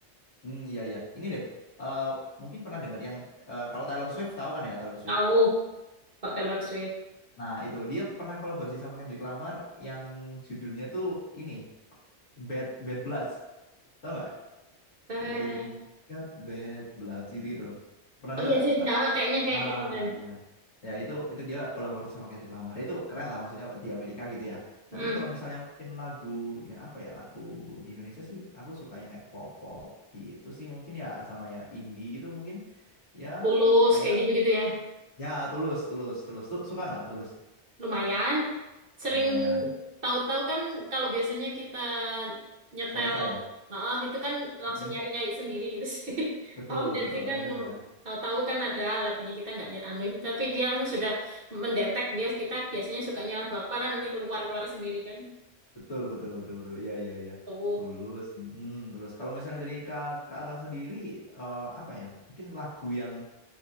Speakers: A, on the left; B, on the right.
A: Hmm, iya iya. Ini deh, eh, mungkin pernah dengar yang eh, kalau Taylor Swift tahu kan ya Taylor Swift.
B: Tahu Kak Taylor Swift.
A: Nah itu dia pernah kolaborasi sama Kendrick Lamar yang judulnya tuh ini Bad Bad Bloods, tahu nggak?
B: Eh,
A: The Baby Got Bad Bloods gitu gitu loh. Pernah dengar
B: oh iya
A: nggak?
B: sih, ya, kayaknya kayak
A: Ah
B: pernah deh.
A: ya. Ya itu itu dia kolaborasi sama Kendrick Lamar. Itu keren lah maksudnya di Amerika gitu ya. Nah,
B: Hmm,
A: terus kalau misalnya mungkin lagu yang apa ya? Lagu di Indonesia sih aku suka yang kayak pop-pop gitu sih mungkin ya sama ya indie gitu mungkin. Ya
B: Tulus
A: kayak
B: kayak gitu-gitu ya.
A: ya Tulus, Tulus, Tulus. Tuh suka nggak Tulus?
B: Lumayan. Sering
A: Lumayan.
B: tahu-tahu kan kalau biasanya kita nyetel,
A: Spotify ya.
B: nah itu kan langsung
A: Mm-mm.
B: nyari-nyari sendiri gitu sih. <laughs>
A: Betul,
B: Paham nggak
A: betul,
B: sih kan
A: random ya.
B: tahu-tahu kan ada lagunya kita nggak nyet- anu itu, tapi dia langsung sudah mendetek dia kita biasanya sukanya lagu apa kan nanti keluar-keluar sendiri kan.
A: Betul, betul, betul, betul. Iya, iya, iya.
B: Tuh.
A: Tulus. Mm, tulus. Kalau misalnya dari kak- kakak sendiri, eh, apa ya? Mungkin lagu yang